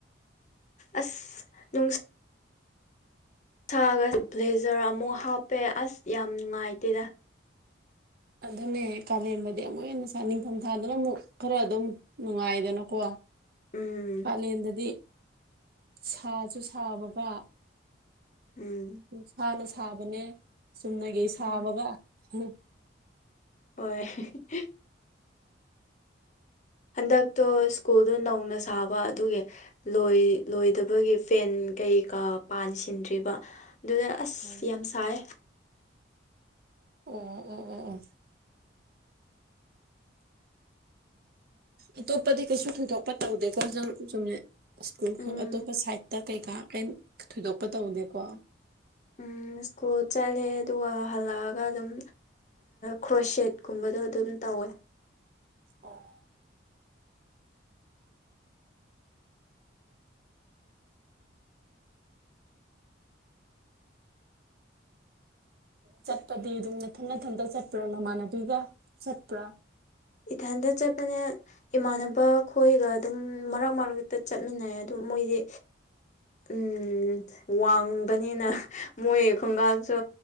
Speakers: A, on the left; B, on the right.
A: ꯑꯁ ꯅꯨꯡ ꯁꯥꯒ ꯕ꯭ꯂꯦꯖꯔ ꯑꯃꯨꯛ ꯍꯥꯞꯄꯦ ꯑꯁ ꯌꯥꯝ ꯅꯨꯡꯉꯥꯏꯇꯦꯗ
B: ꯑꯗꯨꯅꯦ ꯀꯥꯂꯦꯟꯗꯗꯤ ꯑꯃꯨꯛ ꯍꯦꯟꯅ ꯆꯥꯅꯤꯡ ꯅꯤꯡꯊꯝ ꯊꯥꯗꯅ ꯑꯃꯨꯛ ꯈꯔ ꯑꯗꯨꯝ ꯅꯨꯡꯉꯥꯏꯗꯅꯀꯣ
A: ꯎꯝ
B: ꯀꯥꯂꯦꯟꯗꯗꯤ ꯁꯥꯖꯨ ꯁꯥꯕꯒ
A: ꯎꯝ
B: ꯅꯨꯡꯁꯥꯅ ꯁꯥꯕꯅꯦ ꯆꯨꯝꯅꯒꯤ ꯁꯥꯕꯒ
A: ꯎꯝ
B: ꯍꯝ
A: ꯍꯣꯏ ꯍꯤꯍꯤ ꯍꯟꯗꯛꯇꯣ ꯁ꯭ꯀꯨꯜꯗꯣ ꯅꯧꯅ ꯁꯥꯕ ꯑꯗꯨꯒꯤ ꯂꯣꯏ ꯂꯣꯏꯗꯕꯒꯤ ꯐꯦꯟ ꯀꯩꯀꯥ ꯄꯥꯟꯁꯤꯟꯗ꯭ꯔꯤꯕ ꯗꯨꯅ ꯑꯁ
B: ꯑꯣ
A: ꯌꯥꯝ ꯁꯥꯌꯦ
B: ꯑꯣ ꯑꯣ ꯑꯣ ꯑꯣ ꯑꯇꯣꯞꯄꯗꯤ ꯀꯩꯁꯨ ꯊꯣꯏꯗꯣꯛꯄ ꯇꯧꯗꯦꯀꯣ ꯅꯪ ꯆꯨꯝꯅ ꯁ꯭ꯀꯨꯜ
A: ꯎꯝ
B: ꯈꯛ ꯑꯇꯣꯞꯄ ꯁꯥꯏꯗꯇ ꯀꯩꯀꯥ ꯀꯩꯝ ꯊꯣꯏꯗꯣꯛꯄ ꯇꯧꯗꯦꯀꯣ
A: ꯎꯝ ꯁ꯭ꯀꯨꯜ ꯆꯠꯂꯦ ꯑꯗꯨꯒ ꯍꯜꯂꯛ ꯑꯒ ꯑꯗꯨꯝ ꯈ꯭ꯔꯣꯠ ꯁꯦꯠꯀꯨꯝꯕꯗꯣ ꯑꯗꯨꯝ ꯇꯧꯋꯦ
B: ꯑꯣ ꯆꯠꯄꯗꯤ ꯑꯗꯨꯝ ꯅꯊꯟ ꯅꯊꯟꯗ ꯆꯠꯄ꯭ꯔꯥ ꯅꯃꯥꯟꯅꯕꯤꯒ ꯆꯠꯄ꯭ꯔꯥ
A: ꯏꯊꯟꯗ ꯆꯠꯄꯅꯦ ꯏꯃꯥꯟꯅꯕ ꯈꯣꯏꯒ ꯑꯗꯨꯝ ꯃꯔꯛ ꯃꯔꯛꯇ ꯆꯠꯃꯤꯟꯅꯩ ꯑꯗꯨꯝ ꯃꯣꯏꯗꯤ ꯎꯝ ꯋꯥꯡꯕꯅꯤꯅ ꯃꯣꯏ ꯈꯣꯡꯀꯥꯞꯁꯨ